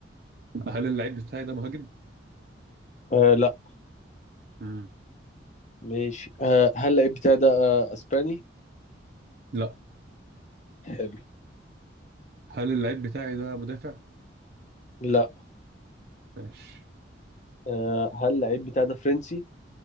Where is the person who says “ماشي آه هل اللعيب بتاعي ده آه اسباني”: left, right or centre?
Left